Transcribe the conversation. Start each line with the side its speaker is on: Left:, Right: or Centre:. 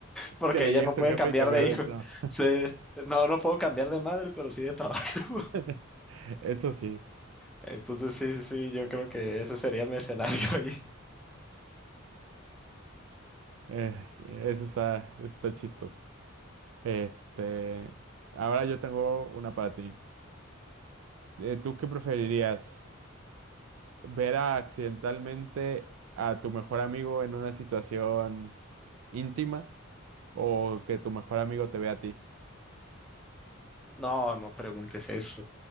Centre: porque
Right: que le
Centre: ella
Right: llegue
Centre: no
Right: a tu
Centre: puede
Right: jefe
Centre: cambiar
Right: y cambiar
Centre: de hijo.
Right: de trabajo.
Centre: Sí, no, no puedo cambiar de madre, pero sí de trabajo. <laughs>
Right: <laughs> Eso sí,
Centre: Entonces, sí, sí, sí, yo creo que ese sería mi escenario. <laughs> Y...
Right: eh, eso está, está chistoso. Este, ahora yo tengo una para ti. Eh, ¿tú qué preferirías? ¿Ver a- accidentalmente a tu mejor amigo en una situación íntima o que tu mejor amigo te vea a ti?
Centre: No, no preguntes eso.